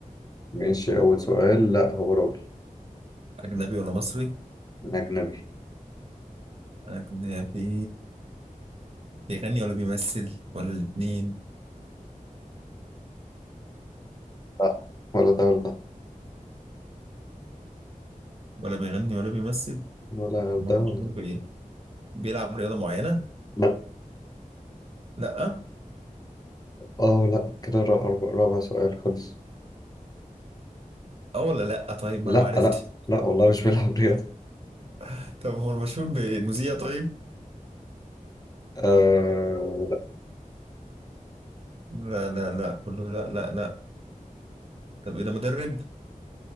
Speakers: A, on the left; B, on the right.
A: ماشي اول سؤال لا هو راجل
B: اجنبي ولا مصري
A: اجنبي
B: اجنبي بيغني ولا بيمثل ولا الاتنين
A: لا ولا ده ولا ده
B: ولا بيغني ولا بيمثل
A: ولا
B: أما
A: ده
B: مشهور
A: ولا ده
B: بايه بيلعب رياضة معينة
A: لا
B: لا اه
A: اه لا كده را- رابع رابع سؤال خلص
B: ولا لا طيب
A: لا
B: ما انا ما عرفتش
A: لا لا والله مش بيلعب رياضة
B: <laughs> طب هو المشهور بمذيع طيب
A: آه لا
B: لا لا لا كله لا لا لا طب ايه ده مدرب